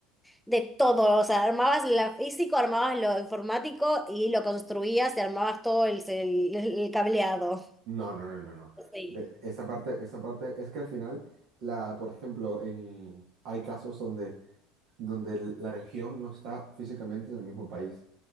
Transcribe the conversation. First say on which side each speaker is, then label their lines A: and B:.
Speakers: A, in the centre; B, on the right.
A: de todo. O sea, armabas lo físico, armabas lo informático y lo construías y armabas todo el, el el cableado.
B: no, no, no, no, no.
A: Sí,
B: De, esa parte, esa parte es que al final, la, por ejemplo, en, hay casos donde, donde el- la región no está físicamente en el mismo país.